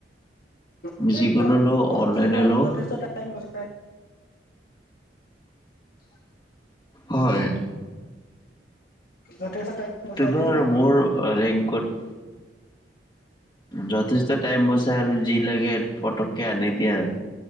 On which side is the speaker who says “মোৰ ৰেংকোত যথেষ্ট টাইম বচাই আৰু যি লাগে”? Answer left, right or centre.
Left